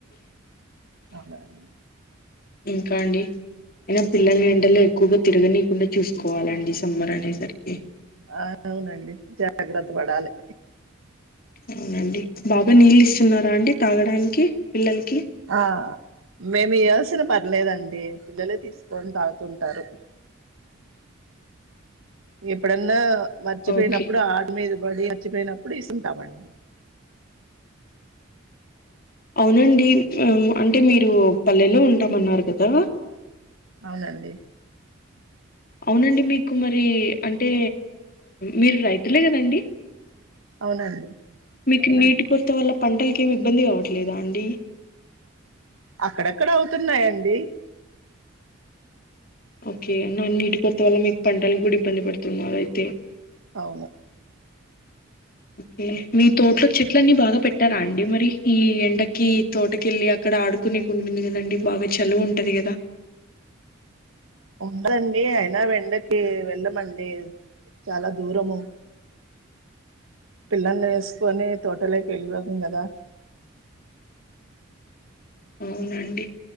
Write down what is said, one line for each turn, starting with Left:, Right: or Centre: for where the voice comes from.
Right: అవునండి
Left: ఇంకా అండి ఐనా పిల్లలని ఎండలో ఎక్కువగా తిరగనీకుండా చూసుకోవాలండి సమ్మర్ అనేసరికి
Right: ఆ అవునండి జాగ్రత్త పడాలి
Left: అవునండి బాగా నీళ్ళు ఇస్తున్నారా అండి తాగడానికి పిల్లలకి
Right: ఆ మేము ఇయ్యాల్సిన పర్లేదండి పిల్లలే తీసుకోని తాగుతుంటారు ఎప్పుడన్నా మర్చిపోయినప్పుడు
Left: ఓకే
Right: ఆడ మీద బడి అచ్చిపోయినప్పుడు ఇస్తుంటామండి
Left: అవునండి అంటే మీరు పల్లెలో ఉంటామన్నారు కదా
Right: అవునండి
Left: అవునండి మీకు మరి అంటే మీరు రైతులే కదండి
Right: అవునండి
Left: మీకు నీటి కొరత వల్ల పంటలకి ఏమి ఇబ్బంది కావట్లేదా అండి
Right: అక్కడక్కడ అవుతున్నాయండీ
Left: ఓకే నీటి కొరత వల్ల మీకు పంటలు కూడా ఇబ్బంది పడుతున్నారు అయితే
Right: అవును
Left: ఓకే మీ తోటలో చెట్లన్నీ బాగా పెట్టారా అండి మరి ఈ ఎండకి తోటకెళ్ళి అక్కడ ఆడుకునేక్ ఉంటుంది కదండి బాగా చలువు ఉంటది కదా
Right: ఉండదండి అయినా వెండకి వెళ్ళమండి చాలా దూరము పిల్లల్ని వేసుకొని తోటలేకి వెళ్వం కదా
Left: అవునండి